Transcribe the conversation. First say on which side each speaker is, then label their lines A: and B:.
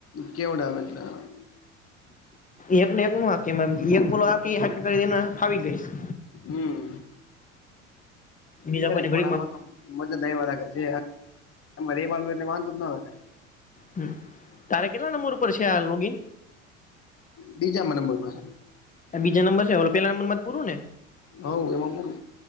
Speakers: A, on the left; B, on the left.
A: કેવો ગામે આવેટલે.
B: એકને એક નો હાકે એમ એક ઓલો હાકે એને ફાવી ગઈશ છે.
A: હમમ
B: બીજા
A: એટલે
B: કોઈને ઘડીકમાં
A: ઘોડા માં તો મજા ડઈ વાખે છે રેવાનું હોય એટલે વાંધો ન આવે હો.
B: હમમ. તારે કેટલા નંબર ઉપર છે આ લોગીન.
A: બીજા માં નંબર ઉપર
B: આ બીજો નબર છે, પેલા નંબરમાં પૂરા ને.
A: હવ એમાં પૂરું